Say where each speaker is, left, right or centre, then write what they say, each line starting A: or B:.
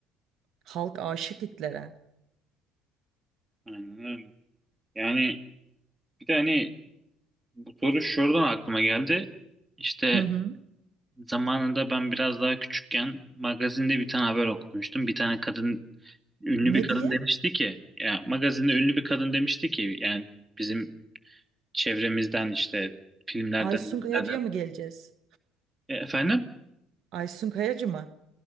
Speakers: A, on the right; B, on the right.
A: Halk aşık Hitler'e.
B: Aynen öyle. Yani bir de hani bu soru şuradan aklıma geldi. İşte
A: Hı hı.
B: zamanında ben biraz daha küçükken magazinde bir tane haber okumuştum. Bir tane kadın, ünlü
A: Ne
B: bir kadın
A: diye?
B: demişti ki, ya magazinde ünlü bir kadın demişti ki, yani bizim çevremizden işte filmlerden,
A: Aysun
B: dizilerden.
A: Kayacı'ya mı geleceğiz?
B: E, efendim?
A: Aysun Kayacı mı?